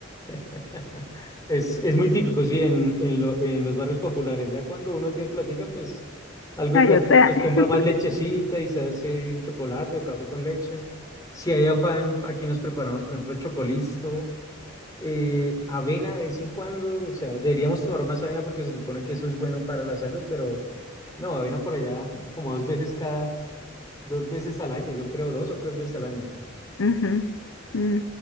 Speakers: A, on the left; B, on the left.
A: <laughs> Es, es muy típico, sí, en, en, lo- en los barrios populares. Ya cuando uno tiene plática, pues algo
B: Ay,
A: de plática,
B: o sea,
A: pues
B: <laughs>
A: compra más lechecita y se hace chocolate o café con leche. Si hay afán, aquí nos preparamos, por ejemplo, chocolisto, eh, avena de vez en cuando. O sea, deberíamos tomar más avena porque se supone que eso es bueno para la salud, pero no, avena por allá <laughs> como dos veces cada, dos veces al año, yo creo, dos o tres veces al año.
B: Ujú, mm.